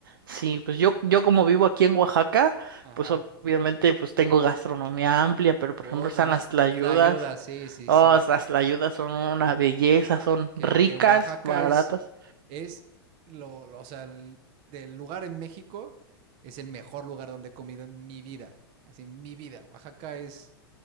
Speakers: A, on the right; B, on the right.
A: Sí, pues yo, yo como vivo aquí en Oaxaca,
B: Ajá.
A: pues obviamente pues tengo gastronomía amplia, pero por
B: Bota,
A: ejemplo están
B: unas
A: las tlayudas.
B: tlayudas, sí, sí,
A: Oh,
B: sí.
A: las tlayudas son una belleza, son
B: Que,
A: ricas,
B: que Oaxaca
A: baratas.
B: es, es lo, lo- o sea, el- del lugar en México, es el mejor lugar donde he comido en mi vida. Así, en mi vida. Oaxaca es,